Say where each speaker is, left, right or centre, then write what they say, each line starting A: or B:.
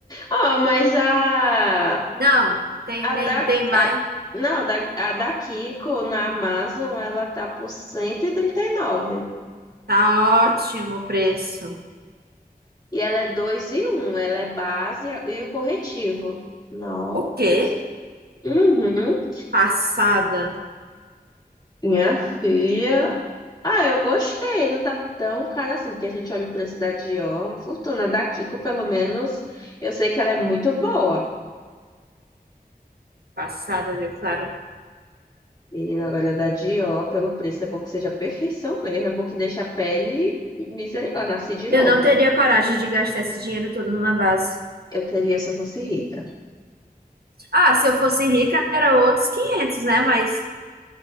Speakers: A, on the left (about 25°); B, on the right (about 75°).
A: Ó, mas a,
B: não. Tem
A: a
B: nem
A: da.
B: tem mais.
A: a- não, a da, a da Kiko na Amazon, ela tá por cento E trinta e e nove
B: Tá ótimo o preço.
A: E ela é 2 e um ela é base e o corretivo. Nossa.
B: O quê?
A: Uhum.
B: Passada.
A: Minha filha. Ah, eu gostei, não tá tão cara assim, porque a gente olha o preço da Dior. Fortuna da Kiko, pelo menos, eu sei que ela é muito boa.
B: Passada, viu, Clara?
A: E agora da Dior, pelo preço, é bom que seja perfeição mesmo, é bom que deixe a pele misericórdia, nasce de novo.
B: Eu não teria coragem de gastar esse dinheiro todo numa base.
A: Eu teria se eu fosse rica.
B: Ah, se eu fosse rica, era outros 500, né? Mas